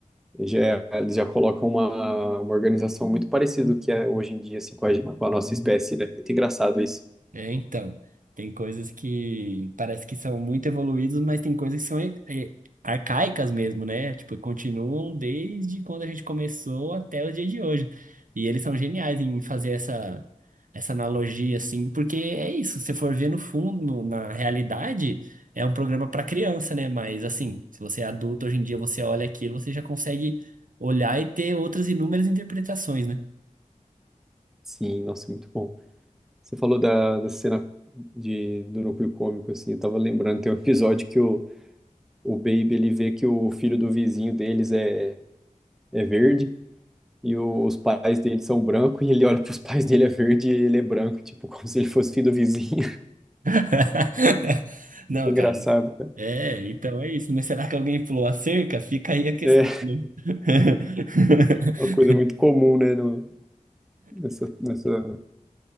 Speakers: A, in the centre; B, on the right.
A: já, é, eles já colocam uma, uma organização muito parecida do que é hoje em dia, assim, com a, gen- com a nossa espécie, né? Muito engraçado isso.
B: É, então, tem coisas que parece que são muito evoluídas, mas tem coisas que são e- e- arcaicas mesmo, né? Tipo, continuam desde quando a gente começou até o dia de hoje. E eles são geniais em fazer essa, essa analogia, assim, porque é isso, se você for ver no fundo, no- na realidade, é um programa para criança, né? Mas, assim, se você é adulto hoje em dia, você olha aquilo, você já consegue olhar e ter outras inúmeras interpretações, né?
A: Sim, nossa, muito bom. Você falou da, da cena de, do núcleo cômico, assim, eu tava lembrando, tem um episódio que o, o Baby, ele vê que o filho do vizinho deles é, é verde, e o- os pais dele são brancos, e ele olha pros pais dele é verde e ele é branco, tipo, <laughs> como se ele fosse filho do vizinho.
B: <laughs> Não,
A: <laughs> Engraçado.
B: cara. É, então é isso. Mas será que alguém pulou a cerca? Fica aí a questão,
A: É
B: né? <laughs>
A: uma coisa muito comum, né, no, nessa, nessa